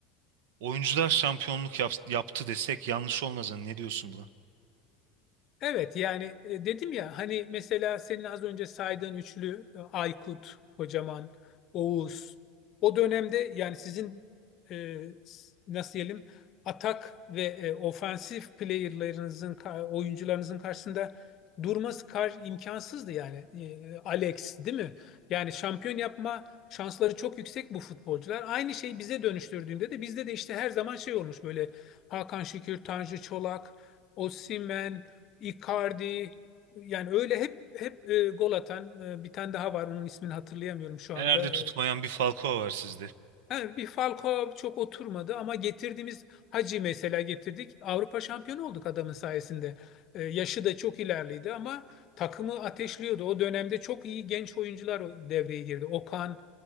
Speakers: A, on the right (about 85°); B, on the left (about 35°).
A: oyuncular şampiyonluk yap- yaptı desek yanlış olmaz. Hani ne diyorsun buna?
B: Evet yani e, dedim ya hani mesela senin az önce saydığın üçlü e, Aykut, Kocaman, Oğuz o dönemde yani sizin e, s- nasıl diyelim atak ve e, ofansif player'larınızın ka- oyuncularınızın karşısında durması kar imkansızdı yani. E, Alex değil mi? Yani şampiyon yapma şansları çok yüksek bu futbolcular. Aynı şey bize dönüştürdüğünde de bizde de işte her zaman şey olmuş böyle Hakan Şükür, Tanju Çolak, Osimhen Icardi yani öyle hep hep e, gol atan e, bir tane daha var onun ismini hatırlayamıyorum şu
A: Nerede
B: anda.
A: tutmayan bir Falcao var sizde.
B: Ha, bir Falcao çok oturmadı ama getirdiğimiz Hacı mesela getirdik. Avrupa şampiyonu olduk adamın sayesinde. E, yaşı da çok ilerliydi ama takımı ateşliyordu. O dönemde çok iyi genç oyuncular o- devreye girdi. Okan,